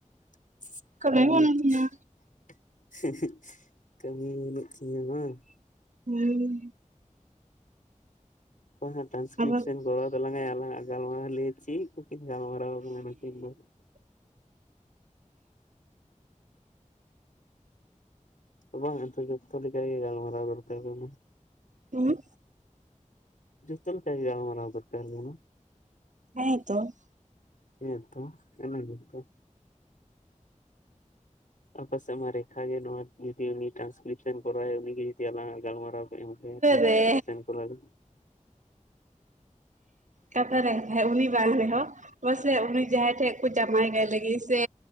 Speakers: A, on the left; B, on the right.
A: <unintelligible>
B: ᱠᱟᱹᱢᱤ
A: <unintelligible>
B: ᱵᱟᱹᱱᱩᱜ ᱛᱤᱧᱟ
A: ᱠᱟᱹᱢᱤ ᱵᱟᱹᱱᱩᱜ ᱛᱤᱧᱟᱹ ᱵᱟᱝ ᱻ
B: ᱦᱩᱸ ᱾
A: ᱚᱠᱚᱭ ᱦᱟᱜ ᱴᱟᱱᱠᱨᱤᱯᱥᱚᱱ
B: ᱟᱵᱟᱨ
A: ᱠᱚᱨᱟᱭ ᱛᱟᱞᱟᱝ ᱟᱭ ᱟᱞᱟᱜ ᱟᱜ ᱜᱟᱞᱢᱟᱨᱟᱣ ᱞᱟᱹᱭᱟᱭ ᱪᱮᱫ ᱠᱩᱠᱤᱱ ᱜᱟᱞᱢᱟᱨᱟᱣ ᱠᱟᱱᱟ ᱱᱩᱠᱤᱱ ᱫᱚ ᱾ ᱵᱟᱝ ᱟᱫᱚ ᱡᱚᱛᱚ ᱞᱮᱠᱟ ᱜᱮ ᱜᱟᱞᱢᱟᱨᱟᱣ ᱫᱚᱨᱠᱟᱨ ᱠᱟᱱᱟ ᱾
B: ᱦᱩᱸ
A: ᱡᱚᱛᱚ ᱞᱮᱠᱟ ᱜᱮ ᱜᱟᱞᱢᱟᱨᱟᱣ ᱫᱚᱨᱠᱟᱨ ᱠᱟᱱᱟ ᱾
B: ᱦᱮᱸ ᱛᱚ‌ ᱾
A: ᱦᱮ ᱛᱚ ᱚᱱᱟ ᱜᱮ ᱛᱚ ᱾ ᱟᱨ ᱯᱟᱥᱮ ᱢᱟ ᱨᱮᱠᱷᱟ ᱜᱮ ᱱᱚᱣᱟ ᱡᱫᱤ ᱩᱱᱤ ᱴᱨᱟᱱᱥᱠᱨᱤᱯᱥᱚᱱ ᱠᱚᱨᱟᱣᱟᱭ ᱩᱱᱤ ᱡᱩᱚᱫᱤ ᱟᱞᱟᱝ ᱜᱟᱞᱢᱟᱨᱟᱣ ᱦᱮᱸ ᱜᱳᱢᱠᱮᱹ ᱴᱨᱟᱱᱥᱠᱤᱯᱥᱚᱱ
B: ᱨᱮ
A: ᱠᱚ ᱦᱳᱞᱳ,
B: ᱠᱟᱛᱷᱟ ᱨᱮ ᱮᱱ ᱠᱷᱟᱡ, ᱩᱱᱤ ᱵᱟᱝ ᱨᱮᱦᱚᱸ ᱦᱚᱭ ᱥᱮ ᱩᱱᱤ ᱡᱟᱦᱟᱸᱭ ᱴᱷᱮᱡ ᱠᱚ ᱡᱟᱶᱟᱭ ᱠᱟᱭ ᱞᱟᱹᱜᱤᱫ ᱥᱮ